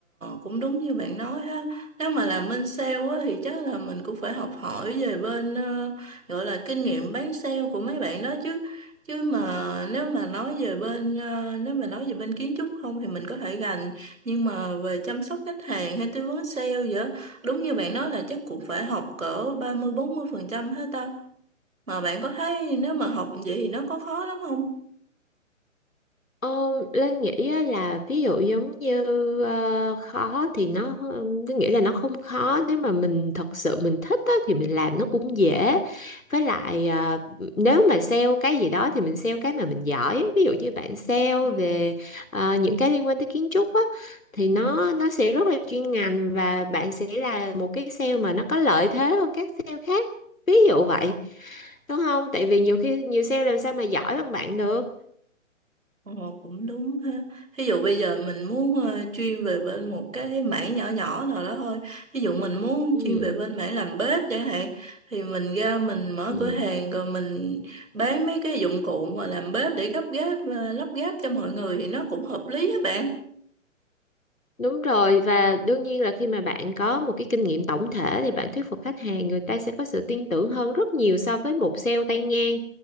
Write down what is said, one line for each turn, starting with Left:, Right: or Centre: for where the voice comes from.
Right: cũng đúng như bạn nói ha. Nếu mà làm bên sale á, thì chắc là mình cũng phải học hỏi về bên ờ, gọi là kinh nghiệm bán sale của mấy bạn đó chứ. Chứ mà nếu mà nói về bên ờ, nếu mà nói về bên kiến trúc không thì mình có thể gành nhưng mà về chăm sóc khách hàng hay tư vấn sale vậy đúng như bạn nói là chắc cũng phải học cỡ ba mươi mươi bốn mươi phần trăm hết ta. Mà bạn có thấy nếu mà học vậy thì nó có khó lắm không?
Left: Ờ, Linh nghĩ á là ví dụ giống như ờ, khó thì nó Linh nghĩ là nó không khó nếu mà mình thật sự mình thích á, thì mình làm nó cũng dễ với lại ờ, nếu mà sale cái gì đó thì mình sale cái mà mình giỏi ví dụ như bạn sale
Right: Ừ.
Left: về ờ, những cái liên quan tới kiến trúc á thì nó nó sẽ rất là chuyên ngành và bạn sẽ là một cái sale mà nó có lợi thế hơn các sale khác ví dụ vậy đúng không tại vì nhiều khi nhiều sale làm sao mà giỏi bằng bạn được
Right: Ồ, cũng đúng ha. Ví dụ bây giờ mình muốn ờ, chuyên về bên một cái mảng nhỏ nhỏ nào đó thôi. Ví dụ mình muốn
Left: ừ
Right: chuyên về bên mảng làm bếp chẳng hạn thì mình ra mình mở
Left: ừ
Right: cửa hàng rồi mình bán mấy cái dụng cụ mà làm bếp để gấp ghép ờ, lắp ghép cho mọi người thì nó cũng hợp lý á bạn.
Left: Đúng rồi và đương nhiên là khi mà bạn có một cái kinh nghiệm tổng thể thì bạn thuyết phục khách hàng người ta sẽ có sự tin tưởng hơn rất nhiều so với một sale tay ngang.